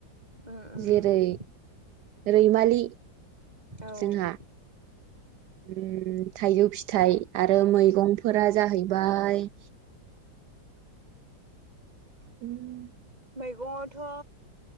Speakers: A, on the right (about 20°); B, on the right (about 70°).
A: उम
B: जेरै
A: उम
B: रैमालि
A: औ
B: जोंहा उम थाइजौ फिथाइ आरो मैगंफोरा जाहैबाय उम
A: मैगंआवथ' ओ